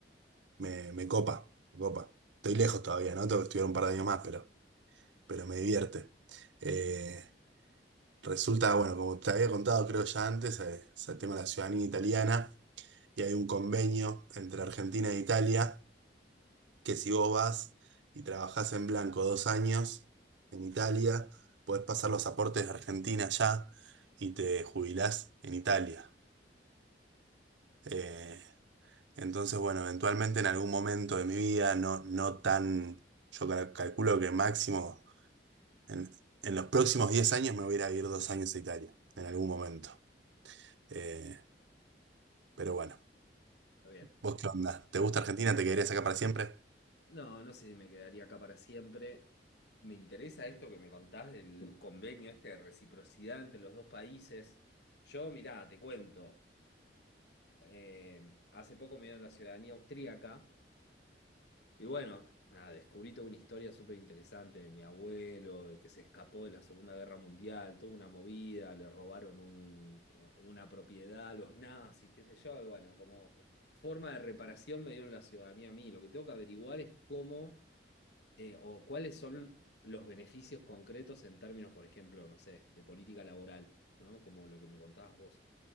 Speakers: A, on the right; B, on the left.
A: Me, me copa, me copa. Estoy lejos todavía, ¿no? Tengo que estudiar un par de años más, pero... pero me divierte. Eh, resulta, bueno, como te había contado creo ya antes, eh, es el tema de la ciudadanía italiana y hay un convenio entre Argentina e Italia que si vos vas y trabajás en blanco dos años en Italia, podés pasar los aportes de Argentina ya y te jubilás en Italia. Eh, entonces, bueno, eventualmente en algún momento de mi vida, no, no tan, yo cal- calculo que máximo En, en los próximos 10 años me voy a ir a vivir dos años a Italia, en algún momento. Eh, pero bueno,
B: Está bien.
A: ¿vos qué onda? ¿Te gusta Argentina? ¿Te quedarías acá para siempre?
B: No, no sé si me quedaría acá para siempre. Me interesa esto que me contás del convenio este de reciprocidad entre los dos países. Yo, mirá, te cuento. eh, hace poco me dieron la ciudadanía austríaca Y bueno, nada, descubrí toda una historia súper interesante de mi abuelo, de que se escapó de la Segunda Guerra Mundial, toda una movida, le robaron un- una propiedad a los nazis, qué sé yo, y bueno, como forma de reparación me dieron la ciudadanía a mí. Lo que tengo que averiguar es cómo eh, o cuáles son los beneficios concretos en términos, por ejemplo, no sé, de política laboral, ¿no? Como lo que me contabas vos.